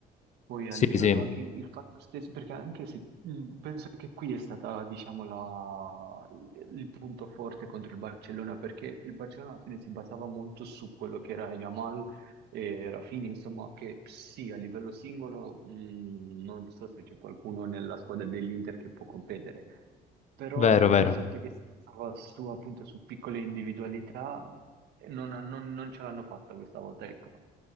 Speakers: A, on the right; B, on the left.
A: Poi
B: Sì,
A: a livello
B: sì,
A: anche il fatto stesso, perché anche se mh, penso che qui è stata, diciamo, la- il punto forte contro il Barcellona, perché il Barcellona alla fine si basava molto su quello che era Yamal e Rafinha, insomma, che sì, a livello singolo, mh, non so se c'è qualcuno nella squadra dell'Inter che può competere, però
B: vero, vero.
A: il fatto che si basava su, appunto, su piccole individualità non, non non ce l'hanno fatta questa volta, ecco.